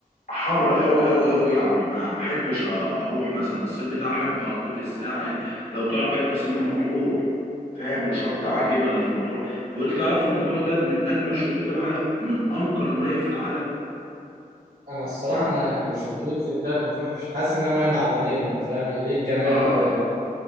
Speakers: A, on the left; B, on the right.
A: حر قوي قوي قوي يعني ما ما احبش اروح مثلا الصيف بتاعي احب اقضيه في الساحل لو تعرف حتة اسمها مطروح فاهم وشط عجيبة اللي في مطروح بقول تعرف ان مطروح ديت من اجمل شطوط العالم من انقى المية في العالم
B: أنا الصراحة
A: يعني
B: أنا يعني بشوف الريلز بتاعت مطروح مش حاسس إنها مية معدنية أنت فاهم إيه الجمال
A: اه
B: ده يعني